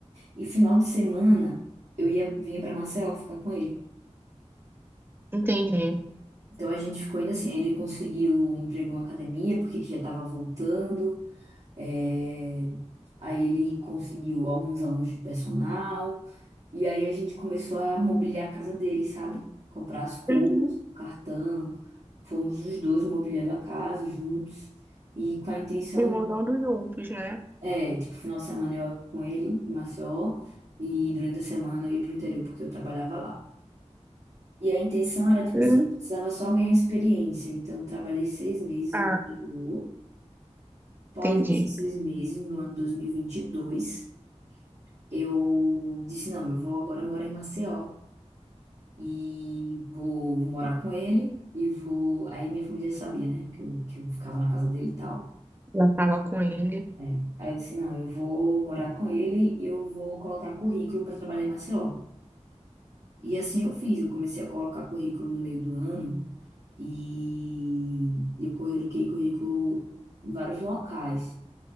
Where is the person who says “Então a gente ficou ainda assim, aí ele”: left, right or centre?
Right